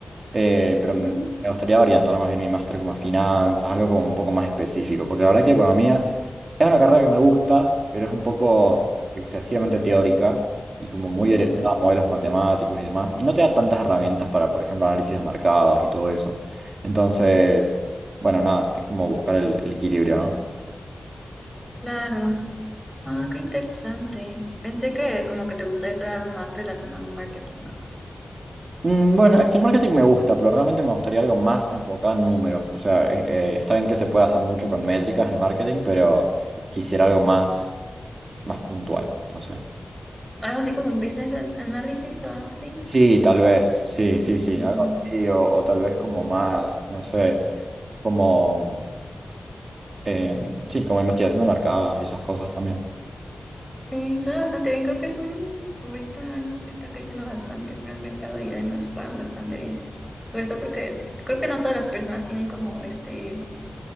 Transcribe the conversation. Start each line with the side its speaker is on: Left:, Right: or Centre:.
Right: eh, pero
Centre: ujú.
Right: m- me gustaría orientar más bien mi máster como a finanzas, algo como un poco más específico, porque la verdad que economía es una carrera que me gusta, pero es un poco excesivamente teórica y como muy
Centre: <laughs>
Right: orientada a modelos matemáticos y demás, y no te da tantas herramientas para, por ejemplo, análisis de mercados y todo eso. Entonces, bueno, nada, es como buscar el el equilibrio, ¿no?
Centre: claro. Ah, qué interesante. Pensé que como que te gustaría estudiar algo más relacionado a marketing o algo así.
Right: Mm, Bueno, es que el marketing me gusta, pero realmente me gustaría algo más enfocado en números. O sea, eh, eh, está bien que se puede hacer mucho con métricas en marketing, pero quisiera algo más, más puntual, no sé.
Centre: Algo así como un business analysis o algo así.
Right: Sí, tal vez, sí, sí, sí,
Centre: Mm.
Right: algo así, o, o tal vez como más, no sé, como, em, sí, como investigación de mercados y esas cosas también.
Centre: Sí, suena bastante bien. Creo que es un ahorita algo que está creciendo bastante en el mercado y además pagan bastante bien. Sobre todo porque creo que no todas las personas tienen como este